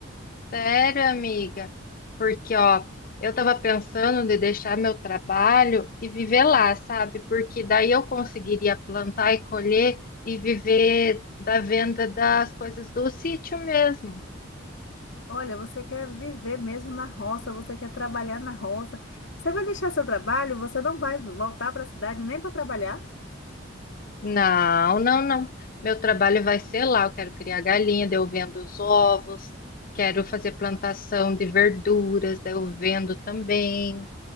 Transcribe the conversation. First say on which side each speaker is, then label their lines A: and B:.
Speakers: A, on the left (about 45°); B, on the left (about 70°).
A: Sério, amiga? Porque, ó, eu tava pensando de deixar meu trabalho e viver lá, sabe? Porque daí eu conseguiria plantar e colher e viver da venda das coisas do sítio mesmo.
B: Olha, você quer viver mesmo na roça, você quer trabalhar na roça. Você vai deixar seu trabalho, você não vai voltar para a cidade nem para trabalhar?
A: Não, não, não. Meu trabalho vai ser lá. Eu quero criar galinha, daí eu vendo os ovos, quero fazer plantação de verduras, daí eu vendo também,